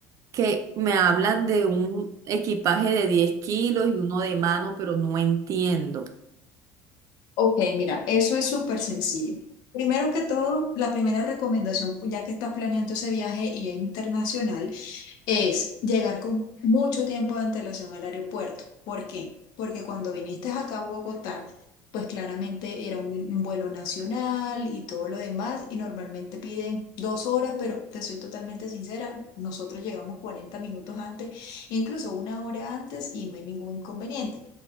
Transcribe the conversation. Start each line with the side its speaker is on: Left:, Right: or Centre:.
Right: que me hablan de un equipaje de 10 kilos y uno de mano, pero no entiendo.
Left: ok, mira, eso es súper sencillo. Primero que todo, la primera recomendación, ya que estás planeando ese viaje y es internacional, es llegar con mucho tiempo de antelación al aeropuerto. ¿Por qué? Porque cuando viniste acá a Bogotá, pues claramente era un, un vuelo nacional y todo lo demás, y normalmente piden dos horas, pero te soy totalmente sincera, nosotros llegamos 40 minutos antes, incluso una hora antes, y no hay ningún inconveniente.